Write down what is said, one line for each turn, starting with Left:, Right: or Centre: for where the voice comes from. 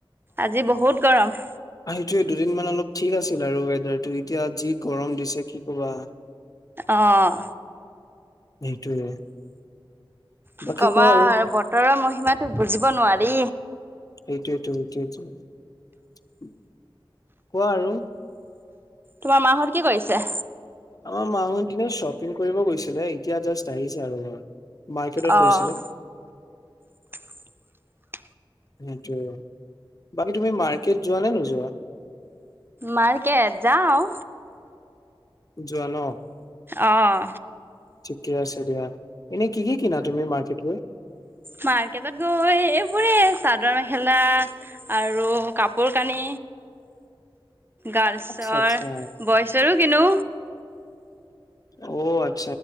Right: আজি বহুত গৰম
Left: স দুদিন মান অলপ ঠিক আছিল আৰু ৱেডাৰটো এতিয়া যি গৰম দিছে কি ক'বা
Right: অঁ
Left: সেইটোৱে
Right: কি
Left: বাকী
Right: কবা
Left: কোৱা
Right: আৰু বতৰৰ মহিমাতো বুজিব নোৱাৰি
Left: সেইটোয়েতো কোৱা আৰু
Right: তোমাৰ মাহত কি কৰিছে
Left: আমাৰ মানু দিনে শ্বপিং কৰিব গৈছিলে এতিয়া জাষ্ট আহিছে আৰু ঘৰ মাইকেডত
Right: অ',
Left: গৈছিলে
Right: <inaudible>
Left: সেইটো বাকী তুমি মাৰ্কেট যোৱা নে নোযোৱা
Right: মাৰ্কেট যাওঁ
Left: যোৱা নহঁ
Right: অঁ
Left: ঠিকে আছে দিয়া। এনেই কি কি কিনা তুমি মাৰ্কেট গৈ
Right: মাৰ্কেটত গৈ এইবোৰে চাদৰ মেখেলা আৰু কাপোৰ কানি। গাৰ্লছৰ
Left: আচ্ছা আচ্ছা
Right: বইচৰো কিনো
Left: অ' অ'